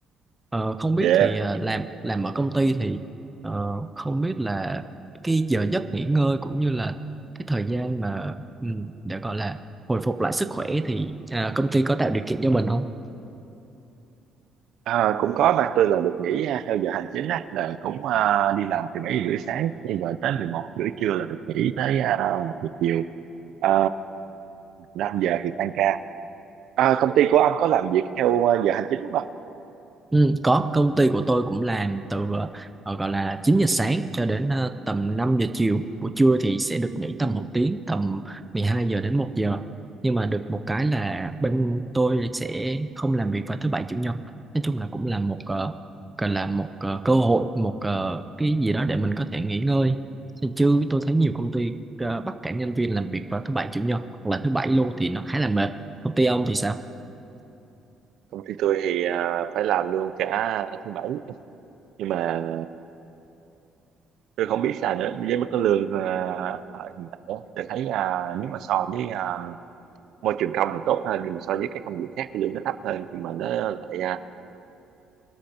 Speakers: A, in the centre; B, on the right (about 60°).
A: Ờ, không biết
B: yeah
A: thì ờ, làm làm ở công ty thì ờ, không biết là cái giờ giấc nghỉ ngơi cũng như là cái thời gian mà ừ, để gọi là hồi phục lại sức khỏe thì à, công ty có tạo điều kiện cho mình không?
B: à, cũng có ba tôi là được nghỉ à, theo giờ hành chính á là cũng à, đi làm từ bảy rưỡi sáng đi rồi tới 11 rưỡi trưa là được nghỉ tới à, một giờ chiều à, 5 giờ thì tan ca à, công ty của ông có làm việc theo à, giờ hành chính không ạ?
A: Ừ, có công ty của tôi cũng làm từ ờ, gọi là 9 giờ sáng cho đến ờ, tầm năm giờ chiều buổi trưa thì sẽ được nghỉ
B: ừ.
A: tầm một tiếng tầm 12 giờ đến một giờ nhưng mà được một cái là bên tôi sẽ không làm việc vào thứ bảy chủ nhật nói chung là cũng là một ờ, gọi là một ờ, cơ hội một ờ, cái gì đó để mình có thể nghỉ ngơi chứ tôi thấy nhiều công ty ờ, bắt cả nhân viên làm việc vào thứ bảy chủ nhật hoặc là thứ bảy luôn thì nó khá là mệt công ty ông thì sao
B: công ty tôi thì à, phải làm luôn cả thứ bảy nhưng mà tôi không biết sao nữa với mức cái lương à, hiện tại á, tôi thấy à, nếu mà so với à, môi trường công thì tốt hơn nhưng mà so với các công việc khác thì lương nó thấp hơn nhưng mà nó lại à,